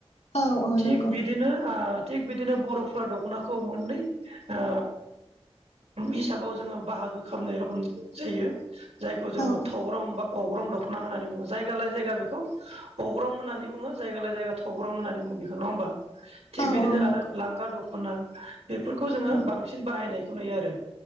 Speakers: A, on the left; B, on the right.
A: औ औ
B: थिग
A: नंगौ
B: बिदिनो आ थिग बिदिनो बर'फ्रा दख'नाखौ मोननै ओ हिसाबाव जोङो बाहागो खालामनाय रखम जायो। जायखौ जोङो
A: औ
B: थग्रं बा अग्रं दखना होननानै बुङो जायगा लाय जायगा बेखौ अग्रं होननानै बुङो जायगा लाय जायगा थग्रं होननानै बुङो बेखौ नङा होमबा थिग
A: औ
B: बिदिनो
A: औ नंगौ
B: आरो लांगा दख होनना बेफोरखौ जोङो
A: उम
B: बांसिन बाहायनायखौ नुयो आरो